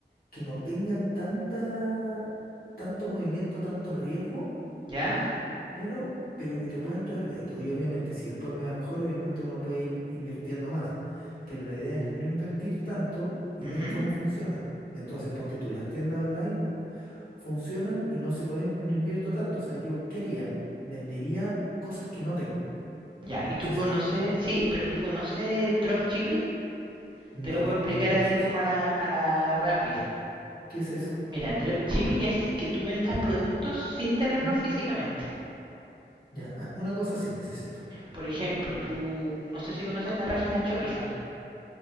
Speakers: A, on the left; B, on the right.
A: que no tengan tanta, tanto movimiento, tanto riesgo
B: ¿Ya?
A: dinero, pero que te puedan traer rédito. Y obviamente, si después me va mejor, obviamente uno puede ir invirtiendo más. Pero la idea es no invertir tanto y
B: Ujú.
A: ver cómo funciona. Entonces, ponte tú, las tiendas online funcionan y no se pueden, no invierto tanto. O sea, yo ¿qué haría? Vendería cosas que no tengo.
B: Ya, ¿y
A: No
B: tú
A: sé si
B: conoces?
A: me entienden.
B: Sí, pero ¿tú conoces el dropshipping?
A: No
B: Te lo puedo
A: tengo
B: explicar
A: idea
B: así
A: qué es eso.
B: como a la, a la rápida.
A: ¿Qué es eso?
B: Mira, el dropshipping es que tú vendas productos sin tenerlos
A: ¿Mm?
B: físicamente.
A: Ya, ah, una cosa sí necesito.
B: Por ejemplo, tú, no sé si conoces la página Shopify.